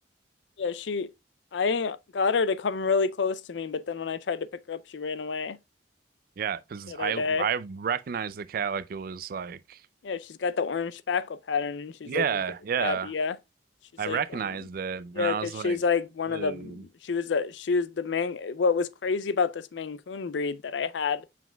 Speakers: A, on the left (about 85°); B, on the right (about 55°).
A: Yeah, she I got her to come really close to me, but then when I tried to pick her up, she ran away
B: yeah, because
A: the other
B: I
A: day.
B: I recognized the cat like it was like,
A: Yeah, she's got the orange spackle pattern, and she's
B: yeah,
A: like a great
B: yeah.
A: tabby. Yeah, she's
B: I
A: like
B: recognized
A: um,
B: it. And
A: yeah,
B: I
A: because
B: was
A: she's
B: like,
A: like one
B: dude,
A: of the she was a she was the main. What was crazy about this Maine Coon breed that I had